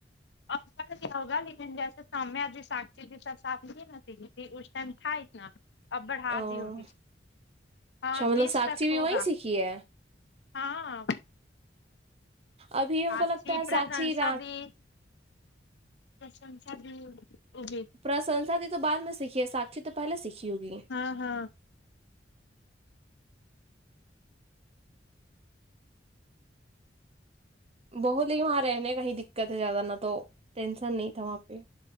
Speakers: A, on the left; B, on the right.
A: اب شاید کیا ہوگا لیکن جیسے سیہبھی سگی بھی سب صاف نہیں نہتی تھی اس ٹائم تھا اتنا اب بڑھا
B: اچھا
A: دی ہوگی ہاں
B: مطلب
A: بیس
B: ساکشی
A: تک
B: بھی
A: ہوگا
B: وہیں سیکھی ہے
A: ہاں
B: ابھی ہم
A: آپ
B: کو لگتا
A: کی
B: ہے
A: پرشنسا
B: ساکشی رات
A: بھی پرشنسا بھی جی
B: پرسنسا دی تو بعد میں سیکھی ہے ساکشی تو پہلے سیکھی ہوگی
A: ہاں ہاں
B: بہت لوگ آرہے ہیں وہی دقت ہے زیادہ نہ تو ٹینشن نہیں تھا وہاں پہ